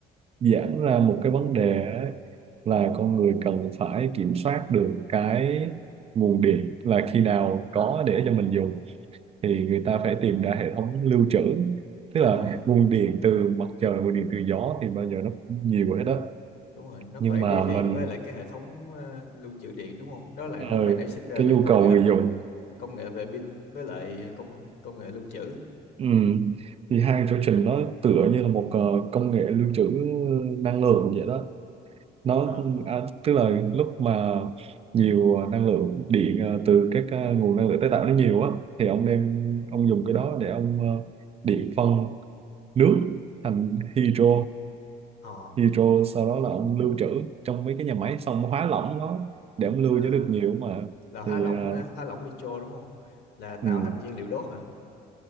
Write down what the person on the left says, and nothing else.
đúng
rồi
đúng rồi nó
phải
đi liền
với lại cái hệ thống ờ, lưu trữ điện đúng không đó là
nó phải nảy sinh ra
về
công
nghệ
công nghệ về pin với lại công công nghệ lưu trữ
ờ
ờ
à,
là hóa
lỏng
hóa lỏng nitro đúng không là tạo
thành nhiên liệu đốt hả